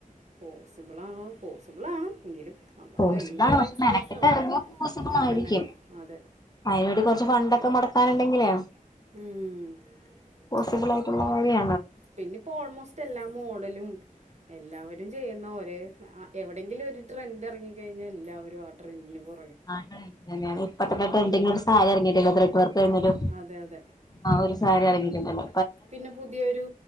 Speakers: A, on the right; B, on the left.
A: പോസിബിൾ ആണോ പോസിബിൾ ആണ് എങ്കിലും നമ്മുടെ
B: പോസിബളാണ്
A: കയ്യിൽ നിന്ന് കുറേ
B: പക്ഷേ
A: എക്സ്പെൻസ്
B: മെനക്കെട്ട്
A: ആവും
B: ഇറങ്ങിയ പോസിബിളായിരിക്കും
A: അതന്നെ അതെ
B: പഴ ഫണ്ടൊക്കെ മുടക്കാന്നുണ്ടെങ്കിലെ
A: ഉം
B: പോസിബിളായിട്ടുള്ള വഴിയ
A: പിന്നെപ്പം ഓൾമോസ്റ്റ് എല്ലാ മോഡലും എല്ലാവരും ചെയ്യുന്ന ഒരേ ആ എവിടെയെങ്കിലും ഒരു ട്രെൻഡ് എറങ്ങി കഴിഞ്ഞാ എല്ലാവരും ആ ട്രെൻഡിന് പൊ
B: <unintelligible> ഇപ്പ തന്നെ ട്രെൻഡി ആ എറങ്ങിയിട്ടില്ല ത്രഡ് വർക്ക് പേര്ൻ ഒരു
A: അതെ അതെ
B: ആ ഒരു ച്ചാരായിരിക്കും ട്രെൻണ്ടാവ
A: പിന്നെ പുതിയൊരു